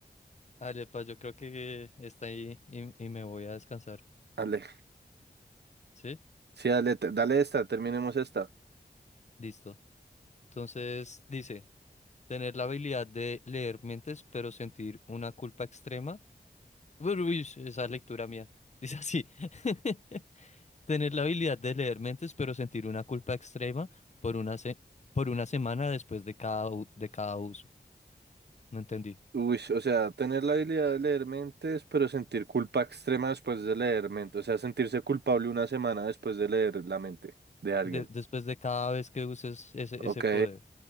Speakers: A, on the left; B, on the right.
A: ale pa, yo creo que está ahí y, y me voy a descansar.
B: Dale.
A: ¿Sí?
B: Sí, dale, te- dale esta, terminemos esta.
A: Listo. Entonces dice, tener la habilidad de leer mentes, pero sentir una culpa extrema Uy, uy, esa es lectura mía. Dice así, <laughs> tener la habilidad de leer mentes, pero sentir una culpa extrema por una, se- por una semana después de cada, u- de cada uso. No entendí.
B: Uy, o sea, tener la habilidad de leer mentes, pero sentir culpa extrema después de leer mente. O sea, sentirse culpable una semana después de leer la mente de alguien.
A: De- después de cada vez que uses ese,
B: Ok.
A: ese poder.